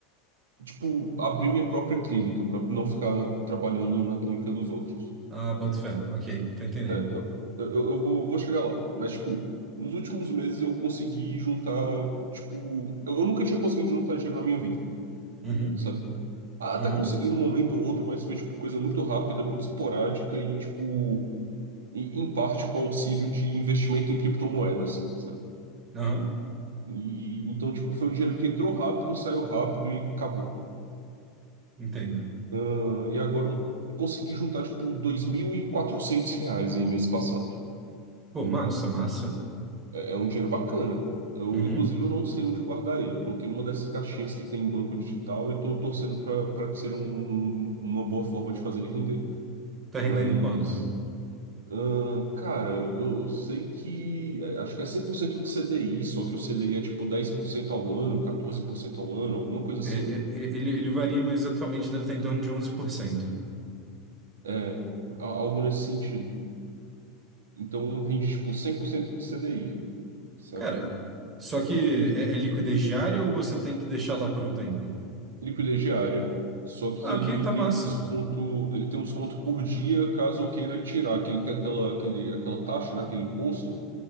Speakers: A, on the right (about 70°); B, on the right (about 25°).
A: tipo, abrir minha própria clínica para não ficar trabalhando na clínica dos outros.
B: Ah, boto fé. Ok, tô entendendo.
A: É, é, eu, eu, eu vou, vou chegar lá. Mas, tipo, nos últimos meses eu consegui juntar, tipo, eu, eu nunca tinha conseguido juntar dinheiro na minha vida,
B: Uhum.
A: sabe? Ah,
B: Uhum.
A: Até consegui num momento ou outro, mas foi, tipo, coisa muito rápida, muito esporádica e, tipo, e- em parte com auxílio de investimento em criptomoeda, assim, sabe?
B: Aham.
A: E então, tipo, foi um dinheiro que entrou rápido, saiu rápido e acabou.
B: Entendo.
A: Ah, e agora eu consegui juntar, tipo, 2.400 reais aí mês passado.
B: Pô, massa, massa.
A: É, é um dinheiro bacana. Eu,
B: Uhum.
A: inclusive, eu não sei onde guardar ele. Eu coloquei numa dessas caixinhas que tem em banco digital e tô torcendo para para que seja um- um- uma boa forma de fazer ele render.
B: Tá
A: Mas,
B: rendendo quanto?
A: ah, cara, eu, eu sei que. é, Acho que é 100% do CDI, só que o CDI é tipo 10% ao ano, 14% ao ano, alguma coisa
B: É,
A: assim.
B: é, é, ele, ele varia, mas atualmente deve estar em torno de onze por cento
A: É, a- algo nesse sentido. Então rende tipo 100% do CDI. Saca?
B: Cara, só que é, é liquidez diária ou você tem que deixar lá por um tempo?
A: Liquidez diária. Só que
B: Ah,
A: ele
B: ok, tá massa.
A: tem um desconto, ele tem um desconto por dia caso eu queira tirar, que ele tem aquela, aquele, aquela taxa, né, aquele imposto.